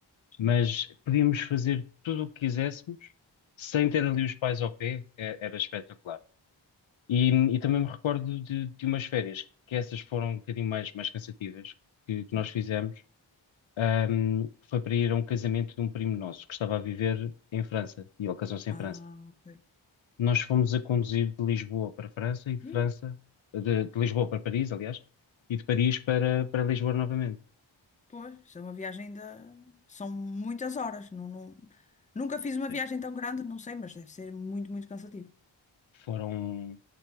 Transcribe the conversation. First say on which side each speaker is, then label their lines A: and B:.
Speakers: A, on the left (about 75°); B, on the left (about 15°).
A: mas
B: Sim,
A: podíamos fazer tudo o que quiséssemos sem ter ali os pais ao pé, é- era espetacular. E, e também me recordo de, de umas férias, que essas foram um bocadinho mais, mais cansativas, que, que
B: sim.
A: nós fizemos. Ahm, foi para ir a um casamento de um primo nosso que estava a viver em França, e ele casou-se
B: Ah,
A: em França.
B: ok.
A: Nós fomos a conduzir de Lisboa para França e de
B: E,
A: França, de, de Lisboa para Paris, aliás, e de Paris para, para Lisboa novamente.
B: pois, isso é uma viagem da... São muitas horas. Não, não- Nunca fiz uma
A: Sim.
B: viagem tão grande, não sei, mas deve ser muito, muito cansativo.
A: Foram